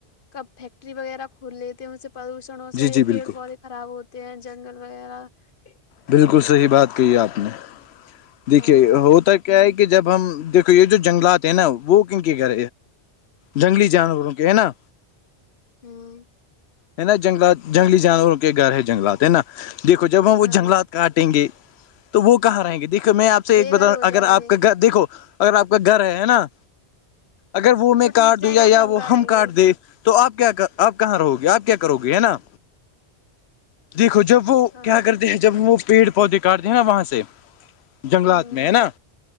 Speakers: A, on the left; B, on the left.
A: کب فیکٹری وغیرہ کھول لیے تھے ان سے پردوشن چڑوں سے
B: جی جی بالکل
A: پیڑ پودے خراب ہوتے ہیں جنگل وغیرہ
B: بالکل
A: ہ
B: صحیح بات کہی ہے آپ نے دیکھیے
A: ہاں
B: ہوتا کیا ہے کہ جب ہم دیکھو یہ جو جنگلات ہیں نا وہ کن کے گے جنگلی جانوروں کے ہے نا
A: ہوں
B: ہےا جنگلات جنگلی جانوروں کے گھر ہے جنگات ہے نا دیکھو جب ہم وہ
A: ہاں
B: جنگلات کاٹیں گے تو وہ کہاں رہیں گے دیکھ میں آپ سے
A: بےگھر
B: ایک بتا
A: ہو
B: اگر
A: جائیں
B: آپ
A: گے
B: کا گھر دیکھو اگر آپ کا گھر ہے ہے نا اگر وہ میں کاٹ
A: ٹوٹ جائے
B: دوں یا
A: گا
B: یا
A: تو
B: وہ
A: کہاں
B: ہم
A: رہیں
B: کاٹ
A: گے
B: دیں تو آپ کیا آپ کہاں رہو گے آپ کیا کرو گی ہے نا دیکھو جب وہ
A: ہاں
B: کیا کرتے ہیں جب وہ پیڑ پودے کاٹتے ہیں نا وہاں سے جنگات
A: ہ
B: میں ہے نا
A: تو